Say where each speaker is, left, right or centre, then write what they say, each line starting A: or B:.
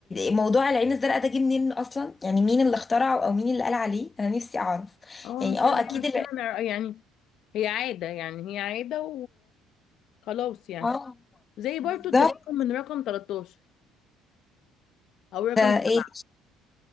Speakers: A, on the left (about 15°); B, on the left (about 55°).
A: موضوع العين الزرقاء ده جه منين اصلا يعني مين اللي اخترعه او مين اللي قال عليه انا نفسي اعرف
B: اه
A: يعني
B: مش
A: اه
B: هنلاقي
A: اكيد
B: نفسنا نع- يعني هي عادة يعني هي عادة وخلاص يعني
A: اه
B: زي
A: بالظبط
B: برضو التشاؤم من رقم 13 او رقم
A: ده
B: 7
A: ايه